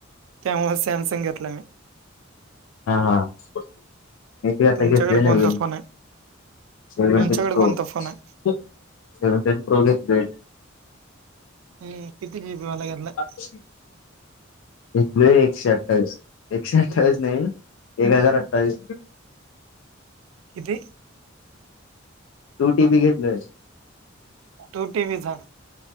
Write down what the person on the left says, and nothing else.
हां हां हे कायं आंता
घेतले
नवीन
सेवन
एक्सप्रो,
त्यांने एक्सप्रोस घेतले
<unintelligible> घेतलां एकशे अठ्ठावीस एकशे अठ्ठावीस नाहीं एक हजांर अठ्ठावीस
टू टी बी घेतलंय